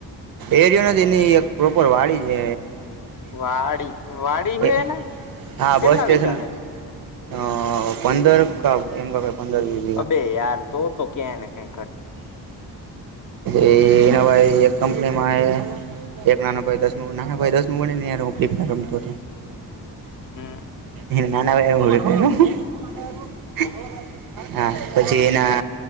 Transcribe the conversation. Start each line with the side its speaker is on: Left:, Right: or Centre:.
Right: એરિયો નથી એની એક પ્રોપર વાડી છે.
Left: વાડી વાડી હે
Right: <unintelligible>
Left: ને
Right: હા
Left: કેટલા
Right: બસ સ્ટેશન
Left: વીઘા હે
Right: અ પંદર કા એમ ક પંદર વીસ
Left: અબે યાર તો તો ક્યાંય ને કઈક
Right: એ હવારે એક કંપનીમાં એ એક નાના ભાઈ દસમું નાના ભાઈ દસ મું ભળી ને રમતો
Left: હમ
Right: એ નાના ભાઈ <unintelligible> હા પછી એના